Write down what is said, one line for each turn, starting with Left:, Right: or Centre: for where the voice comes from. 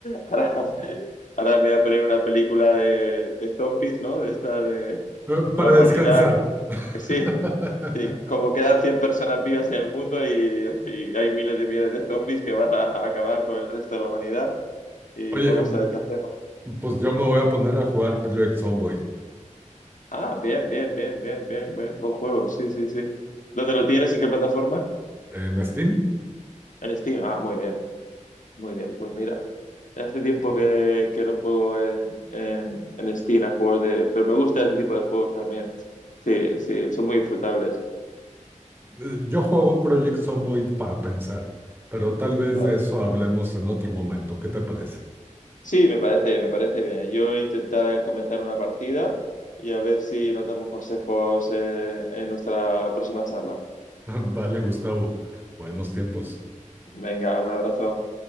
Left: ahora, ahora me voy a poner una película de, de zombies, ¿no? De esta de
Right: <laughs> Para
Left: la humanidad.
Right: descansar. <laughs>
Left: Sí, sí, como quedan 100 personas vivas en el mundo y, y hay miles de millones de zombies que van a acabar con el resto de la humanidad y
Right: Oye,
Left: vamos a ver qué hacemos.
Right: pues yo me voy a poner a jugar Project Zomboid
Left: Ah, bien, bien, bien, bien, bien, bien, buen juego, sí, sí, sí. ¿Dónde lo tienes? ¿En qué plataforma?
Right: en Steam.
Left: En Steam. Ah, muy bien. Muy bien, pues mira, hace tiempo que, que no juego en, en, en Steam a juegos de... Pero me gusta ese tipo de juegos también. Sí, sí, son muy disfrutables,
Right: Eh, Yo juego Project Zomboid para pensar, pero tal vez
Left: claro.
Right: de eso hablemos en otro momento. ¿Qué te parece?
Left: Sí, me parece, me parece bien. Yo intentaré comenzar una partida y a ver si nos damos consejos eh, en nuestra próxima charla.
Right: <laughs> Vale, Gustavo. Buenos tiempos.
Left: Venga, un abrazo.